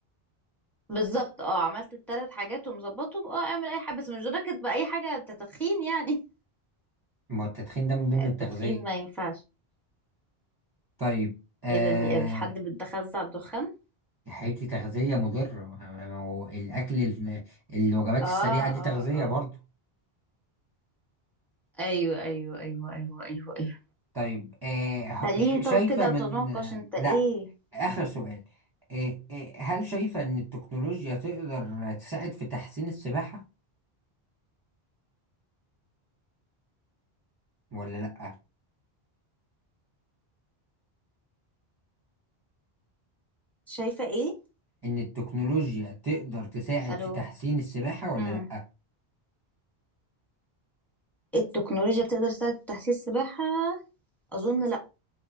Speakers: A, in the centre; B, on the right (about 25°).
A: بالظبط اه عملت الثلاث حاجات ومظبطهم اه اعمل اي حاجه بس مش دركت باي حاجه تدخين يعني
B: ما هو التدخين
A: <laughs>
B: ده من ضمن
A: لا
B: التغذية
A: التدخين ما ينفعش
B: طيب آه
A: اذا مش حد بيتخزع الدخان
B: حياتي تغذية مضرة ما هو الأكل الف- الوجبات
A: اه
B: السريعة دي تغذية
A: اه اه
B: برضو
A: ايوه ايوه ايوه ايوه ايوه ايوه
B: طيب آه ه-
A: خليني طب
B: شايفة
A: كده
B: من
A: اتناقش
B: آه،
A: انت ايه
B: لا آخر سؤال آه آه هل شايفة إن التكنولوجيا تقدر تساعد في تحسين السباحة ولا لأ؟
A: شايفة ايه
B: إن التكنولوجيا تقدر تساعد
A: الو
B: في تحسين السباحة ولا
A: امم
B: لأ؟
A: التكنولوجيا بتقدر تساعد في تحسين السباحة اظن لا